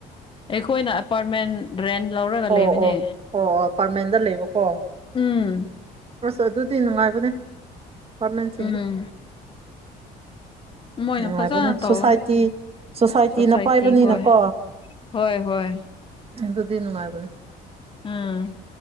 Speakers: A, on the left (about 30°); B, on the right (about 35°).
A: ꯑꯩꯈꯣꯏꯅ꯫ ꯐꯔꯃꯦꯟ ꯕꯔꯦꯟ ꯂꯧꯔꯒ
B: ꯑꯣ
A: ꯂꯩꯕꯅꯦ
B: ꯑꯣ ꯑꯣ ꯑꯣ ꯑꯄꯥꯔꯠꯃꯦꯟꯗ ꯂꯩꯕꯀꯣ
A: ꯎꯝ꯫
B: ꯑꯁ ꯑꯗꯨꯗꯤ ꯅꯨꯡꯉꯥꯏꯕꯅꯦ ꯐꯔꯃꯦꯟꯁꯤꯡꯗꯤ꯫
A: ꯎꯝ ꯃꯣꯏꯅ
B: ꯅꯨꯡꯉꯥꯏꯕꯅꯦ
A: ꯐꯖꯅ ꯇꯧꯋꯦ
B: ꯁꯣꯁꯥꯏꯇꯤ ꯁꯣꯁꯥꯏꯇꯤꯅ
A: ꯁꯣꯁꯥꯏꯇꯤ
B: ꯄꯥꯏꯕꯅꯤꯅꯀꯣ
A: ꯍꯣꯏ꯫ ꯍꯣꯏ ꯍꯣꯏ꯫
B: ꯑꯗꯨꯗꯤ ꯅꯨꯡꯉꯥꯏꯕꯅꯤ꯫
A: ꯎꯝ